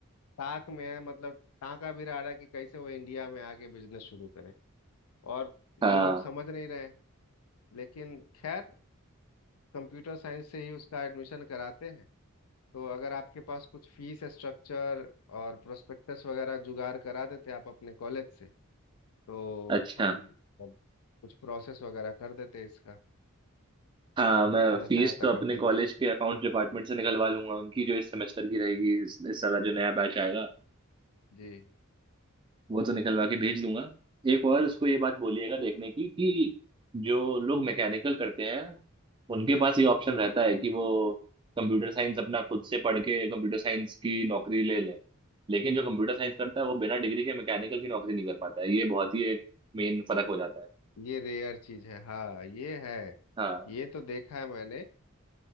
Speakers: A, on the left (about 85°); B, on the right (about 20°).
A: ताक में है मतलब टाँका भी रहा है कि कैसे वो इंडिया में आके बिजनेस शुरू करे और
B: हाँ
A: ये लोग समझ नहीं रहे लेकिन खैर कंप्यूटर साइंस से ही उसका एडमिशन कराते हैं तो अगर आपके पास कुछ फीस स्ट्रक्चर और प्रोस्पेक्टस वगैरह जुगाड़ करा देते आप अपने कॉलेज से तो
B: अच्छा
A: हम सब कुछ प्रोसेस वगैरह कर देते इसका
B: हाँ मैं
A: इतना
B: फीस
A: सहायता
B: तो अपने
A: कर दीजिए
B: कॉलेज के अकाउंट डिपार्टमेंट से निकलवा लूंगा उनकी जो इस सेमेस्टर की रहेगी इस, इस साल जो नया बैच आएगा
A: जी
B: वो तो निकलवा के भेज दूंगा एक और उसको ये बात बोलिएगा देखने की कि जो लोग मैकेनिकल करते हैं उनके पास ये ऑप्शन रहता है कि वो कंप्यूटर साइंस अपना खुद से पढ़ के कंप्यूटर साइंस की नौकरी ले लें लेकिन जो कंप्यूटर साइंस करता है वो बिना डिग्री के मैकेनिकल की नौकरी नहीं कर पाता है ये बहुत ही एक मेन फर्क हो जाता है
A: ये रेयर चीज है हाँ ये है
B: हाँ
A: ये तो देखा है मैंने अ,